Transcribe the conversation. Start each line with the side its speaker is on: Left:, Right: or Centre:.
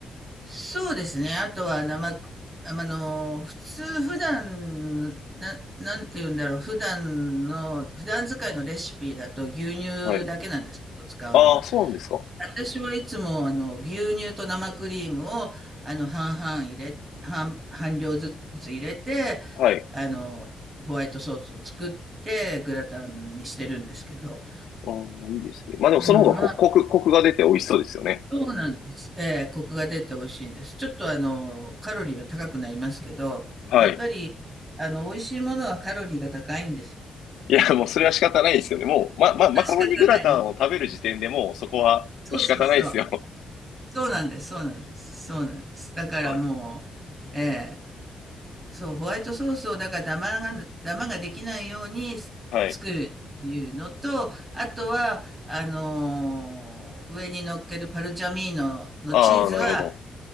Right: そうですね。あとは生く、あの、普通、普段、な、なんて言うんだろう。普段の、普段使いのレシピだと牛乳だけなんです。
Left: はい。
Right: 使うのが。
Left: ああ、そうなんですか。
Right: 私はいつも、あの、牛乳と生クリームを、あの、半々入れ、半、半量ずつ入れて、
Left: はい。
Right: あの、ホワイトソースを作って、グラタンにしてるんですけど、
Left: ああ、いいですね。まあでもその方がこ、
Right: うん、まあ、
Left: コク、コクが出て美味しそうですよね。
Right: そうなんです。ええコクが出て美味しいんです。ちょっと、あの、カロリーは高くなりますけど、
Left: はい。
Right: やっぱり、あの、美味しいものはカロリーが高いんですよ。
Left: いや、もうそれは仕方ないですよね。もう、ま、ま、マカロニグラタンを食べる時点でもうそこはもう仕方ないですよ。
Right: 仕方ないです。そうそうそう。
Left: <laughs>
Right: そうなんです、そうなんです、そうなんです。だからもう、
Left: はい。
Right: ええそう、ホワイトソースをだからダマが、ダマができないように
Left: はい
Right: 作るっていうのと、あとは、あのー上に乗っけるパルチャミーノのチーズは、
Left: ああ、なるほど。